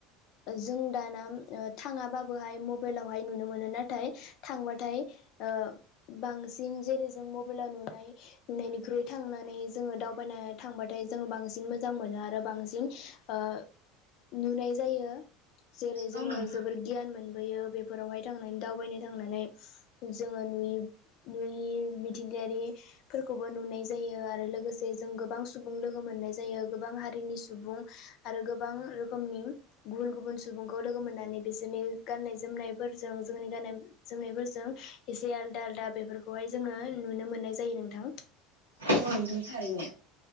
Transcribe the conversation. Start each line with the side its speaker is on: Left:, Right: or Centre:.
Left: जों दाना थाङाबाबोहाय मबाइलावहाय नुनो मोनो नाथाय थांबाथाय ओ बांसिन जेरै जों मबाइलाव नुनाय नुनायनिख्रुइ थांनानै जोङो दावबायनो थांबाथाय जोङो बांसिन मोजां मोनो आरो बांसिन ओ नुनाय जायो जेरै जोङो
Right: औ नोंथां
Left: जोबोर गियान मोनबोयो बेफोरावहाय थांनानै दावबायनो थांनानै जोङो नुय नुयि मिथिंगायारि फोरखौबो नुनाय जायो आरो लोगोसे जों गोबां सुबुं लोगो मोननाय जायो गोबां हारिनि सुबुं आरो गोबां रोखोमनि गुबुन गुबुन सुबुंखौ लोगो मोननानै बिसोरनि गाननाय जोमनायफोरजों जोंनि गाननाय जोमनायफोरजों एसे आलदा आलदा बेफोरखौहाय जोङो नुनो मोननाय जायो नोंथां
Right: औ नोंथां थारैनो